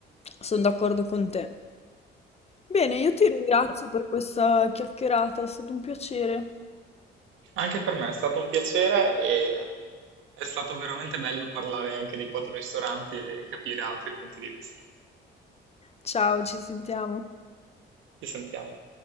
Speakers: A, on the left (about 30°); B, on the right (about 80°).
A: Sono d'accordo con te. Bene, io ti ringrazio per questa chiacchierata, è stato un piacere.
B: Anche per me è stato un piacere e è stato veramente bello parlare anche di quattro ristoranti e capire altri punti di vista.
A: Ciao, ci sentiamo.
B: Ci sentiamo.